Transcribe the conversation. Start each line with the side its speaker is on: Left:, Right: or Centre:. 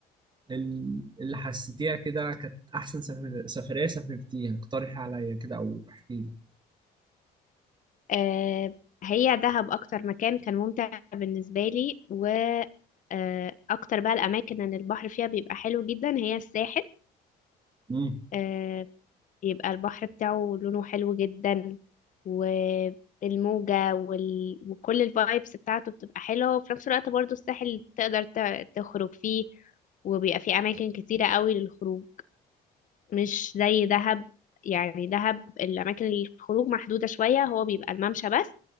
Right: ال- اللي حسيتيها كده كانت احسن سفر... سفرية سافرتيها اقترحي عليا كده او احكي لي
Left: آه هي دهب اكتر مكان كان ممتع بالنسبة لي و آه، اكتر بقى الاماكن ان البحر فيها بيبقى حلو جدا هي الساحل
Right: امم
Left: آه، بيبقى البحر بتاعه لونه حلو جدا والموجة وال... وكل الفايبس بتاعته بتبقى حلوة وفي نفس الوقت برضو الساحل تقدر ت- تخرج فيه وبيبقى فيه اماكن كتيرة قوي للخروج مش زي دهب يعني دهب الأماكن الخروج محدودة شوية هو بيبقى الممشى بس